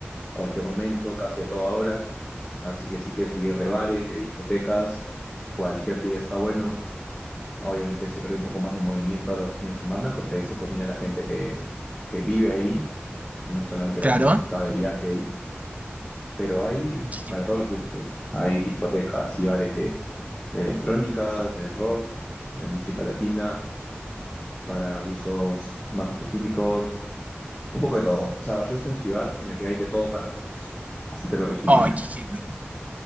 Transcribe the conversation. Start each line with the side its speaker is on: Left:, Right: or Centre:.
Left: cualquier momento, casi a toda hora. Así que si quieres salir de bares, de discotecas, cualquier día está bueno. Obviamente siempre hay un poco más de movimiento a los fines de semana porque ahí se combina la gente que, que vive ahí, no solamente
Right: Claro.
Left: la gente que está de viaje ahí, pero hay
Right: Qué genial.
Left: para todos los gustos. Hay discotecas y bares de, de electrónica, de rock, de música latina para gustos más específicos, un poco de todo. O sea, Barcelona es una ciudad en la que hay de todo para todos. Así te lo resumiría.
Right: Oh, qué genial.